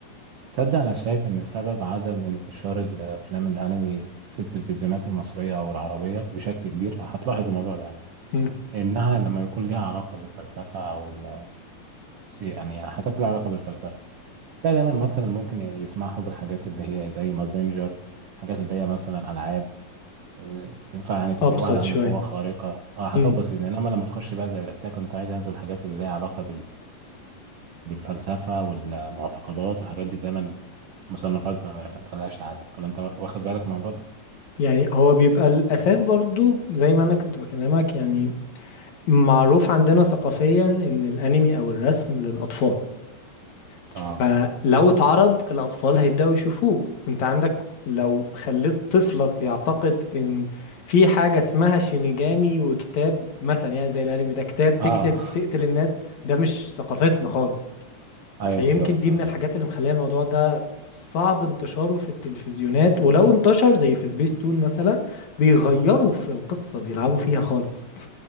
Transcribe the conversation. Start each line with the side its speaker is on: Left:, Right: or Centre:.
Right: تصدق أنا شايف إن سبب عدم انتشار الأفلام الأنمي في التلفزيونات المصرية أو العربية بشكل كبير هتلاحظ الموضوع ده يعني
Left: مم.
Right: إنها لما يكون ليها علاقة بالفلسفة أو ال- سي- يعني حاجات ليها علاقة بالفلسفة لا دايما مثلا ممكن يسمحوا بالحاجات اللي هي زي مازينجر حاجات اللي هي مثلا ألعاب آه، تنفع يعني تبقى
Left: أبسط
Right: واحد عنده
Left: شوية
Right: قوة خارقة اه حاجات
Left: مم.
Right: بسيطة إنما لما تخش بقى زي الأتاك أون تايتنز والحاجات اللي ليها علاقة بالفلسفة والمعتقدات والحاجات دي دايما مصنفات ما ما تخليهاش تعدي ولا انت واخد بالك من الموضوع ده؟
Left: يعني هو بيبقى الأساس برضو زي ما أنا كنت بكلمك يعني معروف عندنا ثقافيا إن الأنمي أو الرسم للأطفال فلو
Right: اه
Left: اتعرض الأطفال هيبدأوا يشوفوه انت عندك لو خليت طفلك يعتقد ان في حاجة اسمها شينيجامي وكتاب مثلا يعني زي الانمي ده كتاب تكتب
Right: اه
Left: تقتل الناس ده مش ثقافتنا خالص
Right: <laughs> ايوه
Left: فيمكن
Right: بالظبط
Left: دي
Right: اه
Left: من الحاجات اللي مخليه الموضوع ده صعب انتشاره في التلفزيونات ولو انتشر زي في سبيس تون مثلا بيغيروا في القصة بيلعبوا فيها خالص